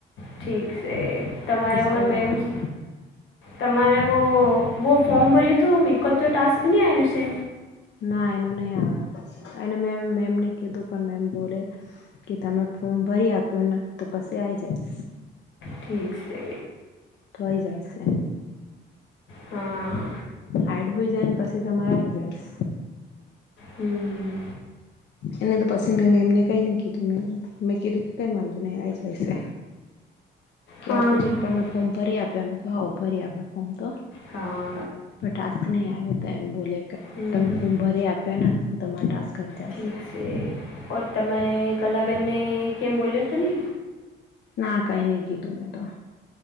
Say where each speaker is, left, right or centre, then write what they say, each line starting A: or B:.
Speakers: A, on the left; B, on the left.
A: ઠીક સે તમારે ઓવર
B: કોલે
A: મેમ્સ
B: આવવાને
A: તમારે વો વો ફોર્મ ભર્યું તું <unintelligible> તો ટાસ્ક નઈ આવ્યું સે
B: ના એનો નઈ આવે એને મેં મેમને કીધું પન મેમ બોલે કે તમે ફોર્મ ભરી આપ્યુ ને તો પસી આઈ જાય
A: ઠીક સે
B: થઈ જાય સે
A: હા.
B: હેડ હોઈ જાય ને પછી તમારે આઈ જાય.
A: હમ.
B: એને તો પછી મે એમને કઈ નઈ કીધું. મે કીધું કે કઈ વાંધુ ન આ જાય છે. કે
A: હા
B: આપું છે કે તમે ફોર્મ ભરી આપ્યા કે હજી ભરી આપ્યા ફોર્મ તો?
A: હા.
B: પણ ટાસ્ક નહી આવ્યો તો એમ બોલે કે
A: હમ
B: તમે ફોર્મ ભરી આપ્યા ને, તમારે ટાસ્ક કઈ
A: ઠીક
B: જશે
A: છે, ઓ તમે કલાબેનને કેમ બોલ્યો હતો ને.
B: ના, કંઈ ન કીધું મેં તો